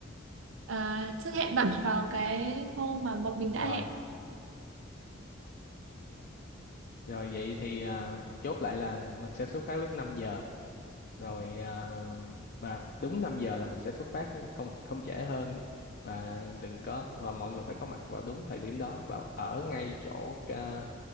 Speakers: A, on the right (about 80°); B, on the left (about 50°).
A: À, chắc hẹn bạn vào cái hôm mà bọn mình đã
B: rồi
A: hẹn.
B: rồi vậy thì ờ, chốt lại là mình sẽ xuất phát lúc năm giờ rồi ờ, và đúng 5 giờ là mình sẽ xuất phát không không trễ hơn và đừng có và mọi người phải có mặt vào đúng thời điểm đó và ở ngay chỗ ờ,